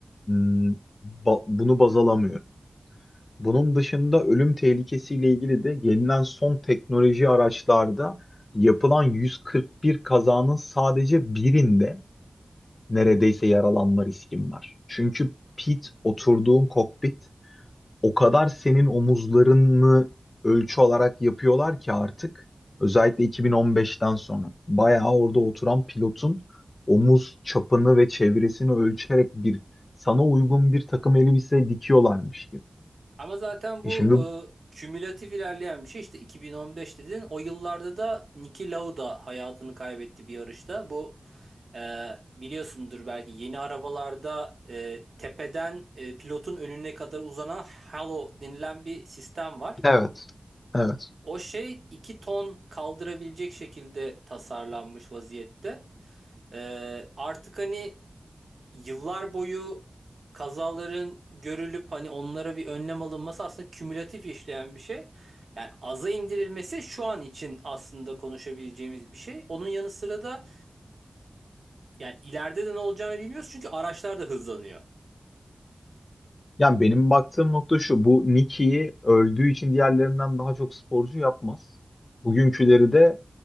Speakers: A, on the left; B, on the right.
A: hmm, ba- bunu baz alamıyorum. Bunun dışında ölüm tehlikesiyle ilgili de gelinen son teknoloji araçlarda yapılan 141 kazanın sadece birinde neredeyse yaralanma riskim var. Çünkü pit, oturduğun kokpit o kadar senin omuzlarını ölçü olarak yapıyorlar ki artık özellikle 2015'ten sonra bayağı orada oturan pilotun omuz çapını ve çevresini ölçerek bir sana uygun bir takım elbise dikiyorlarmış gibi.
B: Ama zaten bu
A: E şimdi
B: e, kümülatif ilerleyen bir şey. İşte 2015 dedin. O yıllarda da Niki Lauda hayatını kaybetti bir yarışta. Bu e, biliyorsundur belki yeni arabalarda e, tepeden e, pilotun önüne kadar uzanan halo denilen bir sistem var.
A: Evet. Evet.
B: O şey 2 ton kaldırabilecek şekilde tasarlanmış vaziyette. E, artık hani yıllar boyu kazaların görülüp hani onlara bir önlem alınması aslında kümülatif işleyen bir şey. Yani aza indirilmesi şu an için aslında konuşabileceğimiz bir şey. Onun yanı sıra da yani ileride de ne olacağını bilmiyoruz çünkü araçlar da hızlanıyor.
A: Yani benim baktığım nokta şu. Bu Nicky'yi öldüğü için diğerlerinden daha çok sporcu yapmaz. Bugünküleri de